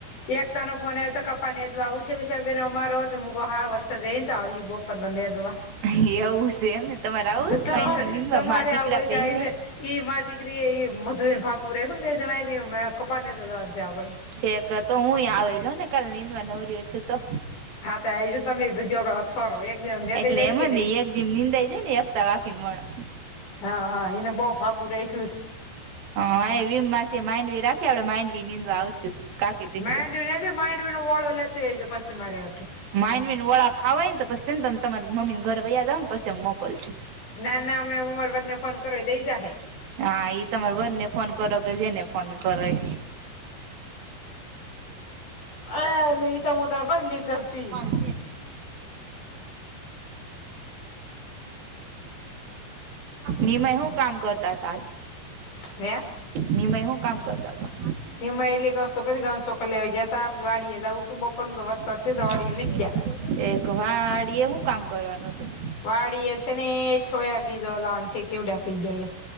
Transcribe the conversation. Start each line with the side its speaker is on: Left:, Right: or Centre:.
Left: એકતા નો ફોન આવ્યો તો કપા નેદવા ઉછે ઉછા બેનો અમારો, તો મૂક હા વરસાદ રઈ ને તો આવીએ બપોર ને નેદવા
Right: એ એવું છે એમને તમારે આવું જ
Left: તમારે
Right: માઇન્ડ બી નિંદવા
Left: તમારે
Right: માં દીકરા
Left: આવું હોય
Right: બેને
Left: તો આવી જાય ઈ મા દીકરી એ ઈ મધુ એ ફાગુ ર બે જણ દી મે કપા નેદવા તો જવાનું છે, આપને
Right: છેક તો હું આવેલો ને કાલે નીંદવા નવરી હસુ તો.
Left: હા, ત આ આવીજ તમે બધીયનોહથવારો એક દિઅ માં નેદાવ
Right: એટલે
Left: જાય
Right: એમ
Left: કે
Right: જ
Left: નયી.
Right: ને એક દી નીંદાઈ જાય ને એકતા કાકીને વણ
Left: હા હા એને બહ ફાગું રાખ્યુંસ
Right: હ વીમ માસી માન્ડવી રાખે આપડે માઇન્ડવીં નીદવા આવશું. દીકરી
Left: માંડવી નથી માંડવી નો ઓળો લેતી આવજે એજ પછી મરહટુ
Right: માનવી ઓળા ખાવવા હોય તો પછી ને તમે તમારી મમ્મીને ઘરે વૈયા જાવ ને પછી મોકલ છું.
Left: ના ના અમે હું મારા વર ને ફોન કરો એ દઈ જાય
Right: હા, એઈ તમારા વર ને ફોન કરો કે જેને ફોન કરો <inaudible>
Left: અલે ઈ તો હું તને <unintelligible>
Right: <unintelligible> નિમાય હું કામ કરતા હાલ,
Left: <unintelligible>
Right: નિમાં હું કામ કરતા તા
Left: નિમાં એલી કસ્તો કરી ગઉ ચોખા લેયવા જાતા પછી વાડીએ જવું તું બપોર વરસાદ
Right: <unintelligible>
Left: છે તો વાડીએ નથ ગયા
Right: એક વાડી એ હું કામ કરવાનું હતું
Left: વાડી એ છે ને છોયા બી જોવા જવાનું છે કેવડા થઈ ગયા.